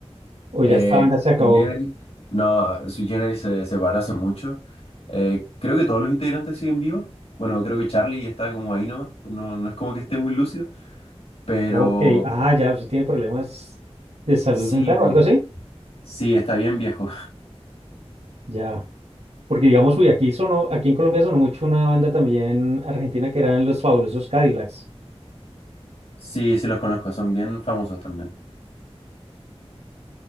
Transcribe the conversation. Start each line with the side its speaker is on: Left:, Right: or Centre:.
Right: o ya
Left: Eh,
Right: esta banda se acabó?
Left: Sui Generis- no, Sui Generis se separó hace mucho. Eh, creo que todos los integrantes siguen vivos. Bueno, creo que Charlie está como ahí nomás, no, no es como que esté muy lúcido, pero
Right: Ok, ah, ya, usted tiene problemas de salud
Left: sí,
Right: mental o algo así.
Left: sí, está bien viejo.
Right: Ya, porque digamos, uy, aquí sonó, aquí en Colombia sonó mucho una banda también argentina que eran Los Fabulosos Cadillacs.
Left: Sí, sí los conozco, son bien famosos también.